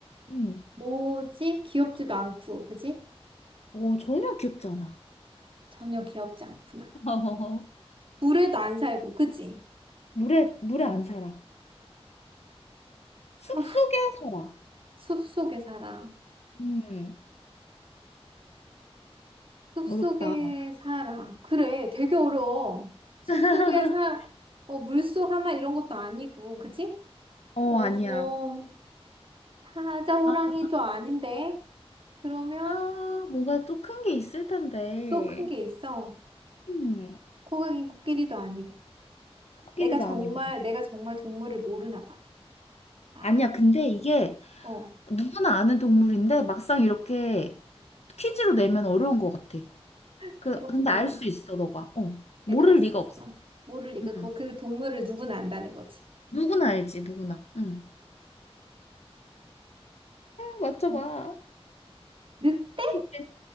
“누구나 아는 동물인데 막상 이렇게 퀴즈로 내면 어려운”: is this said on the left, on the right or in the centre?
Left